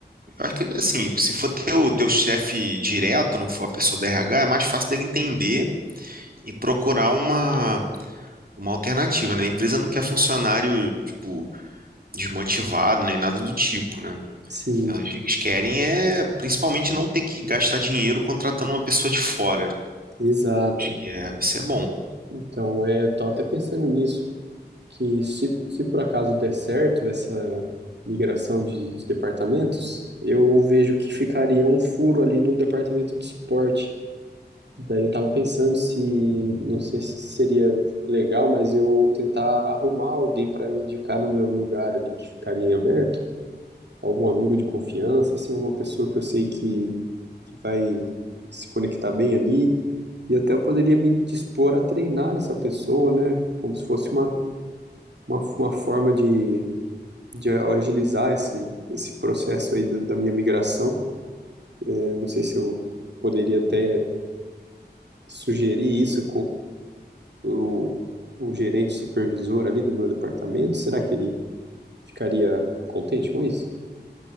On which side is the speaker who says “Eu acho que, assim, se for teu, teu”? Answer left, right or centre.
Right